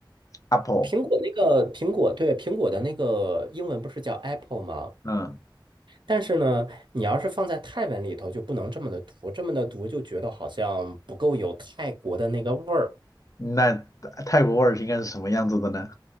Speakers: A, on the left; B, on the right.
A: ，apple，
B: 苹果那个苹果，对，苹果的那个英文不是叫 Apple 吗？
A: 嗯，
B: 但是呢，你要是放在泰文里头，就不能这么的读，这么的读就觉得好像不够有泰国的那个味儿。
A: 那泰国味儿是应该是什么样子的呢？